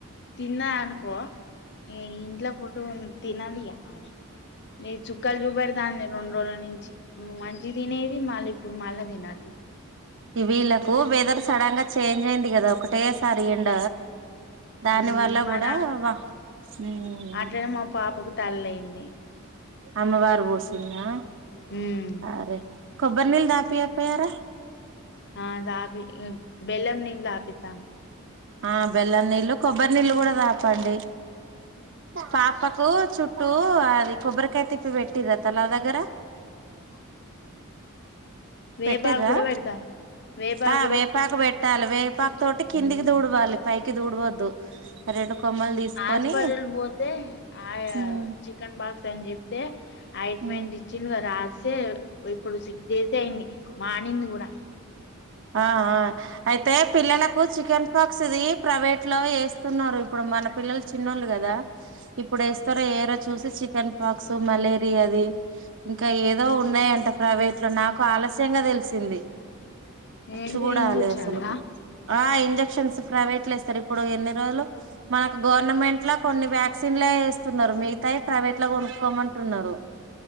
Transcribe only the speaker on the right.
ఇ వీళ్ళకు వెదర్ సడన్ గా చేంజ్ అయింది గదా ఒకటే సారి ఎండ దాని
వల్ల
గుడా వా ఊమ్
అమ్మవారు పోసిందా
అరె కొబ్బరినీల్ దాపియకపోయరా
ఆ బెల్లం నీళ్లు, కొబ్బరి నీల్లు గుడ తాపండి, పాపకు చుట్టూ అది కొబ్బరికాయ తిప్పి పెట్టిర్ర తలా దగ్గర
పెట్టిర్రా
ఆ వేపాకు పెట్టాలె, వేపాకు తోటి కిందికి
దూడవాలి పైకి దూడవద్దు రెండు కొమ్మలు తీసుకొని
ఉమ్
ఉమ్
ఆ ఆ అయితే పిల్లలకు చికెన్ పాక్స్ ది ప్రైవేట్లో ఏస్తున్నరు ఇప్పుడు మన పిల్లలు చిన్నోళ్ళు గదా ఇప్పుడు ఏస్తరో ఏయరో చూసి చికెన్ పాక్స్ మలేరియది ఇంకా ఏదో ఉన్నయంట ప్రైవేట్ లో, నాకు ఆలస్యంగా తెలిసింది
చూడాలి
అసల్కు
ఆ ఇంజక్ క్ష్న్స్ ప్రైవేట్ ల ఏస్తరిప్పుడు ఇన్ని రోజులు మనకు గవర్నమెంట్ల కొన్ని వ్యాక్సిన్లే ఏస్తున్నరు మిగతాయి ప్రైవేట్ ల గొనుక్కోమంటున్నారు